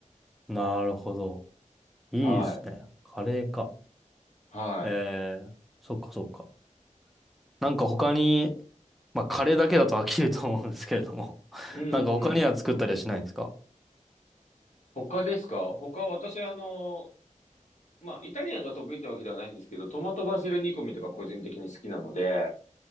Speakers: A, in the centre; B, on the left.
A: ー、なるほど。いいですね。
B: はい。
A: カレーか。
B: はい。
A: えー、そっかそっか。なんか他に、まあ、カレーだけだと飽きると思うんですけれども。<laughs>
B: うんうんうん。
A: なんか他には作ったりはしないんですか
B: 他ですか他私あの、まあ、イタリアンが得意ってわけではないんですけど、トマトバジル煮込みとか個人的に好きなので、